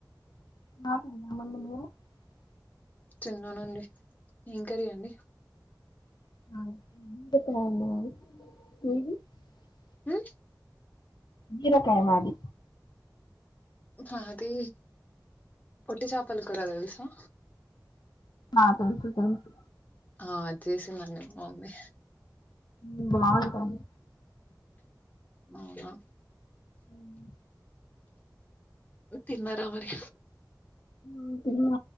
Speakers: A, on the left (about 75°); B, on the left (about 20°).
A: <unintelligible>
B: తిన్నానండి ఏం కర్రీ అండి
A: <unintelligible>
B: హూ
A: బీరకాయ మాది
B: మాది వట్టిచాపల కూర తెల్సా
A: ఆ తెలుసు తెలుసు
B: ఆ అద్ చేసిందండి మా మమ్మీ
A: హుమ్మ్ బాగుంటది
B: అవునా
A: ఉమ్మ్
B: తిన్నారా మరి
A: హుమ్మ్ తిన్న